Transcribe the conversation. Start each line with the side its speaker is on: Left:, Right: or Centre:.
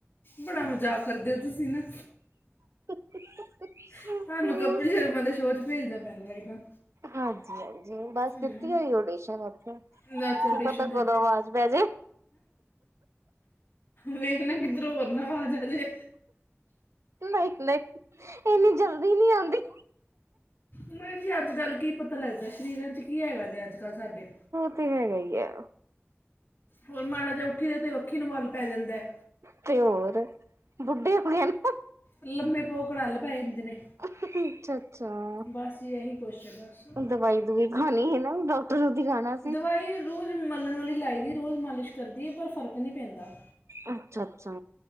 Left: ਬੜਾ ਮਜ਼ਾਕ ਕਰਦੇ ਹੋ ਤੁਸੀਂ ਨਾ।
Right: ਹਮ।
Left: ਤੁਹਾਨੂੰ ਕਪਿਲ ਸ਼ਰਮਾ ਦੇ ਸ਼ੋਅ ਚ ਭੇਜਣਾ ਪੈਣਾ ਲੱਗਦਾ।
Right: ਹਾਂਜੀ ਹਾਂਜੀ ਬਸ
Left: ਹਮ,
Right: ਦਿੱਤੀ ਹੋਈ ਓਡੀਸ਼ਨ ਉਥੇ ਕੀ
Left: ਨਾ ਤੇ
Right: ਪਤਾ
Left: ਦਿੱਤੀ
Right: ਕਦੋਂ ਅਵਾਜ਼ ਪੈ ਜੇ।
Left: ਵੇਖ ਨਾ ਕਿਧਰੋਂ ਹੋਰ ਨਾ ਆਵਾਜ਼ ਆਜੇ।
Right: ਨਹੀਂ ਨਹੀਂ ਇੰਨੀ ਜਲਦੀ ਨੀ ਆਉਂਦੀ।
Left: ਨਹੀਂ ਜੀ ਅੱਜ ਕੱਲ੍ਹ ਕੀ ਪਤਾ ਲੱਗਦਾ ਸਰੀਰਾਂ ਚ ਕੀ ਹੈਗਾ ਜੇ ਅੱਜ ਕੱਲ੍ਹ ਸਾਡੇ।
Right: ਇਹ ਤੇ ਹੈਗਾ ਹੀ ਹੈ।
Left: ਹੋਰ ਮਾੜਾ ਜਾ ਉੱਠੀ ਦਾ ਤਾਂ ਵੱਖੀ ਨੂੰ ਵੱਲ ਪੈ ਜਾਂਦਾ।
Right: ਤੇ ਹੋਰ ਬੁੱਢੇ ਹੋ ਗਏ ਨਾ।
Left: ਲੰਮੇ ਪਓ ਕੜੱਲ ਪੈ ਜਾਂਦੇ ਨੇ।
Right: ਅੱਛਾ ਅੱਛਾ
Left: ਬਸ ਜੀ ਇਹੀ ਕੁਛ ਹੈ ਬਸ
Right: ਦਵਾਈ ਦੁਵਈ ਖਾਣੀ ਹੈ ਨਾ ਡਾਕਟਰ। ਨੂੰ ਦਿਖਾਣਾ ਸੀ
Left: ਦਵਾਈ ਰੋਜ਼ ਮਲਣ ਵਾਲੀ ਲਾਈ ਦੀ ਰੋਜ਼ ਮਾਲਿਸ਼ ਕਰਦੀ ਪਰ ਫਰਕ ਨਹੀਂ ਪੈਂਦਾ।
Right: ਅੱਛਾ ਅੱਛਾ।